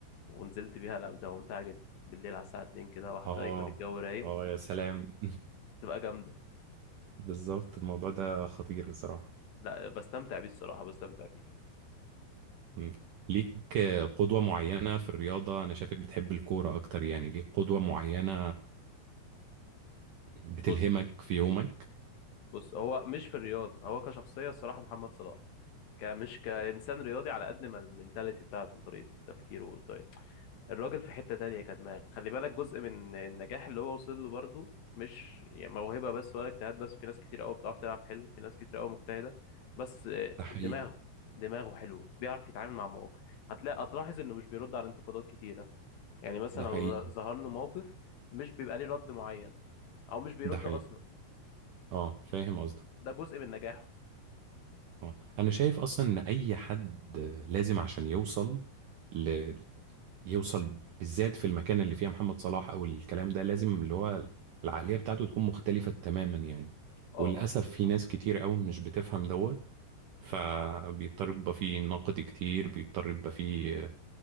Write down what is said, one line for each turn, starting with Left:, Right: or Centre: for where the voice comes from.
Left: ونزلت بيها لا بتبقى ممتعة جدا بالليل على الساعة 2 كده واحدة
Right: اه
Left: يكون الجو رايق
Right: اه يا سلام
Left: تبقى جامدة
Right: <laughs> بالظبط الموضوع ده خطير بصراحة
Left: لا بستمتع بيه الصراحة بستمتع بيه
Right: مم. ليك قدوة معينة في الرياضة أنا شايفك بتحب الكورة أكتر يعني ليك قدوة معينة بتلهمك
Left: بص
Right: في يومك
Left: بص هو مش في الرياضة هو كشخصية الصراحة محمد صلاح ك مش كإنسان رياضي على قد ما المنتاليتي بتاعته وطريقة تفكيره والطريقة الراجل في حتة تانية كدماغ خلي بالك جزء من النجاح اللي هو وصل له برضه مش يعني موهبة بس ولا اجتهاد بس في ناس كتير قوي بتعرف تلعب حلو في ناس كتير قوي مجتهدة بس
Right: ده حقيقي
Left: دماغه دماغه حلوة بيعرف يتعامل مع مواقف هتلاقي هتلاحظ انه مش بيرد على انتقادات كتيرة يعني مثلا
Right: ده
Left: لو
Right: حقيقي
Left: ظهر له موقف مش بيبقى ليه رد معين او مش بيرد
Right: ده حقيقي
Left: اصلا
Right: اه فاهم قصدك
Left: ده جزء من نجاحه
Right: اه أنا شايف أصلا إن أي حد لازم عشان يوصل ل... يوصل بالذات في المكان اللي فيها محمد صلاح او الكلام ده لازم اللي هو العقلية بتاعته تكون مختلفة تماما يعني
Left: اه
Right: وللأسف
Left: آه.
Right: في ناس كتير قوي مش بتفهم دوت فبيضطر يبقى فيه نقد كتير بيضطر يبقى فيه